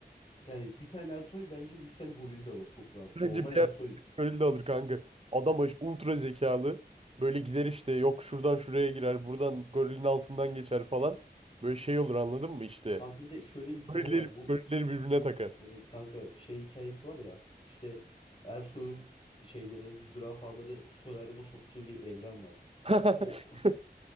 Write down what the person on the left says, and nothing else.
yani bir tane Ersoy bence 100 tane goril de alır çok rahat.
Normal
Ersoy.
Kanka bir de şöyle bir hikaye
var bu.
Evet kanka şey hikayesi var ya işte Ersoy'un şeyleri zürafaları solaryuma soktuğu bir evren var.
O